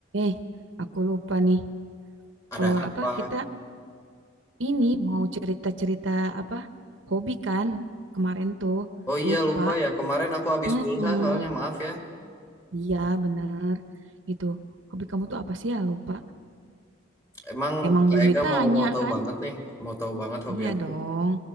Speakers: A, on the right; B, on the left.
A: Eh, aku lupa nih.
B: Ada
A: Eh,
B: apa?
A: apa kita ini mau cerita-cerita apa hobi kan kemarin tuh
B: Oh iya
A: lupa.
B: lupa ya kemarin aku habis
A: Hmm,
B: pulsa soalnya maaf ya.
A: iya bener gitu. Hobi kamu tuh apa sih ya lupa?
B: Emang
A: Emang
B: Kak
A: belum
B: Ega
A: ditanya
B: mau mau tahu
A: kan?
B: banget nih, mau tahu banget hobi
A: Iya
B: aku.
A: dong.